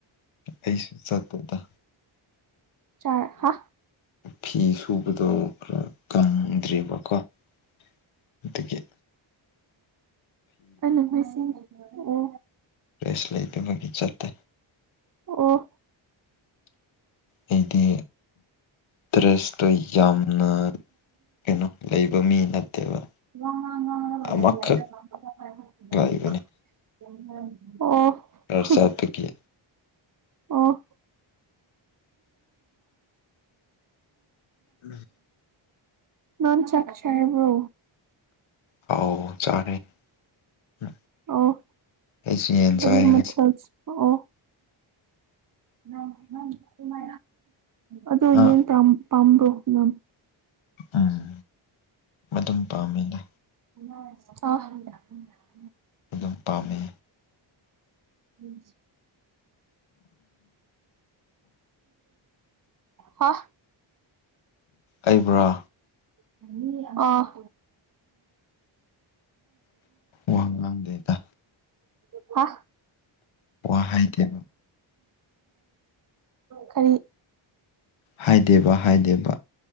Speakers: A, on the left; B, on the right.
A: ꯑꯩꯁꯨ ꯆ ꯇꯗ
B: ꯆꯥ ꯍꯥ
A: ꯐꯤ ꯁꯨꯕꯗꯣ ꯈꯔ ꯀꯪꯗ꯭ꯔꯦꯕꯀꯣ ꯑꯗꯨꯠꯇꯗꯒꯤꯦ
B: ꯑꯩꯅꯁꯤ ꯑꯣ
A: ꯇ꯭ꯔꯦꯁ ꯂꯩꯇꯕꯒꯤ ꯆꯠꯇ
B: ꯑꯣ
A: ꯑꯩꯗꯤ ꯗ꯭ꯔꯦꯁꯇꯣ ꯌꯥꯝꯅ ꯀꯩꯅꯣ ꯂꯩꯕ ꯃꯤ ꯅꯠꯇꯦꯕ
B: ꯋꯥꯉꯉꯉ
A: ꯑꯃꯈꯛ ꯂꯩꯕꯅꯤ
B: ꯑꯣ
A: ꯈꯔ ꯆꯠꯄꯒꯤ
B: ꯑꯣ
A: ꯎꯝ
B: ꯅꯥꯟ ꯆꯆꯥ ꯍꯥꯏꯕ꯭ꯔꯣ
A: ꯍꯥꯎ ꯆꯥꯔꯦ ꯎ
B: ꯑꯣ
A: ꯑꯩꯁꯨ ꯌꯦꯟ
B: ꯀꯔꯤ
A: ꯆꯥꯏ
B: ꯃꯊꯦꯜ
A: ꯉꯁꯤ
B: ꯑꯣ ꯅꯪ ꯅꯪ ꯁꯃ ꯑꯗꯣ
A: ꯑ
B: ꯌꯦꯟ ꯄꯥꯝꯕ꯭ꯔꯣ ꯅꯪ
A: ꯎꯝ ꯑꯗꯨꯝ ꯄꯥꯝꯃꯤꯅꯦ
B: ꯑ
A: ꯑꯗꯨꯝ ꯄꯥꯝꯃꯦ
B: ꯎꯝ ꯍ
A: ꯑꯩꯕꯨꯔꯥ
B: <inaudible> ꯑꯥ
A: ꯋꯥ ꯉꯥꯡꯗꯦꯗ
B: <inaudible> ꯍꯥ
A: ꯋꯥ ꯍꯥꯏꯗꯦ
B: ꯀꯔꯤ
A: ꯍꯥꯏꯗꯦꯕ ꯍꯥꯏꯗꯦꯕ